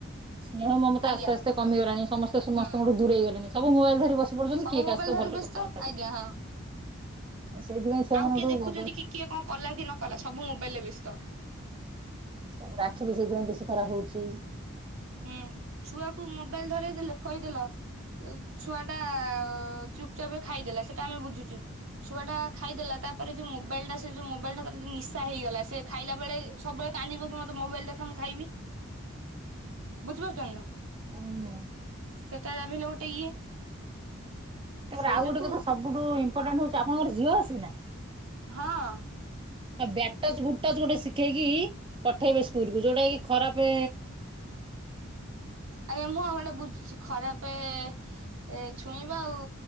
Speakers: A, on the right (about 25°); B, on the right (about 75°).
A: ସ୍ନେହ ମମତା
B: ଆଜ୍ଞା
A: ଆସ୍ତେ ଆସ୍ତେ କମିଗଲାଣି, ସମସ୍ତେ ସମସ୍ତଙ୍କୁଠୁ
B: ହୁଁ
A: ଦୂରେଇଗଲେଣି, ସବୁ ମୋବାଇଲ ଧରି କି ବସି ପଡ଼ୁଛନ୍ତି
B: ସବୁ
A: କିଏ
B: ମୋବାଇଲ
A: କା ସହିତ
B: ଧରି
A: ଭଲରେ
B: ବ୍ୟସ୍ତ
A: କଥାବାର୍ତ୍ତା
B: ଆଜ୍ଞା
A: କରୁନାହାନ୍ତି।
B: ହଁ।
A: ଆଉ ସେଇଥିପାଇଁ ଛୁଆ
B: ଆଉ
A: ମାନଙ୍କଠୁ
B: କିଏ ଦେଖୁଛନ୍ତି
A: ମୋବା
B: କି କିଏ କଣ କଲା କି ନ କଲା ସବୁ ମୋବାଇଲ ରେ ବ୍ୟସ୍ତ।
A: ତାପରେ ଆଖି ବି ସେଇଥିପାଇଁ ବେଶୀ ଖରାପ ହଉଛି।
B: ହୁଁ ଛୁଆକୁ ମୋବାଇଲ ଧରେଇ ଦେଲ ଖୋଇ ଦେଲ ଛୁଆ ଟା ଚୁପଚାପ୍ ଖାଇଦେଲା ସେଇଟା ଆମେ ବୁଝୁଛୁ। ଛୁଆ ଟା ଖାଇଦେଲା। ତାପରେ ଯୋଉ ମୋବାଇଲ ଟା ସେ ଯୋଉ ମୋବାଇଲଟା ଧରିକି ଯୋଉ ନିଶା ହେଇଗଲା ସେ ଖାଇଲା ବେଳେ ସବୁବେଳେ କାନ୍ଦିବ କି ମତେ ମୋବାଇଲ ଦେଖା ମୁଁ ଖାଇବି। ବୁଝିପାରୁଚନ୍ତି ନା
A: ହୁଁ
B: ସେଟା ଯାହାବି ହେଲେ ଗୋଟେ ଇଏ।
A: ତାପରେ
B: ସେଇ
A: ଆଉ
B: ଯୋଗୁ
A: ଗୋଟେ କଥା ସବୁଠୁ ଇମ୍ପୋର୍ଟାଣ୍ଟ ହଉଚି ଆପଣଙ୍କର ଝିଅ ଅଛି କି ନା?
B: ହଁ।
A: ଏ ବ୍ୟାଟ ଟଚ ଗୁଡ ଟଚ ଗୋଟେ ଶିଖେଇକି ପଠେଇବେ ସ୍କୁଲ କୁ ଯୋଉଟା କି ଖରାପ
B: ଆଜ୍ଞା ମୁଁ ଆମ ଗୋଟେ ବୁଝୁଚି ଖରାପ ଏ ଛୁଇଁବା ଆଉ